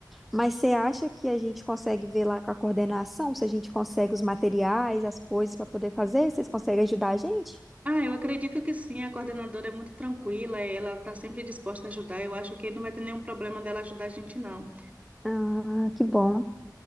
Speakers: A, in the centre; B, on the right.
A: Mas você acha que a gente consegue ver lá com a coordenação, se a gente consegue os materiais, as coisas para poder fazer? Vocês conseguem ajudar a gente?
B: Ah, eu acredito que sim, a coordenadora é muito tranquila, ela está sempre disposta a ajudar, eu acho que não vai ter nenhum problema dela ajudar a gente, não.
A: Ah, que bom.